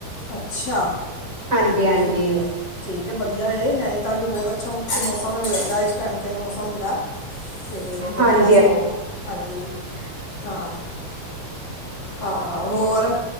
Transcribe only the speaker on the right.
ਹਾਂਜੀ ਹਾਂਜੀ
ਹਾਂਜੀ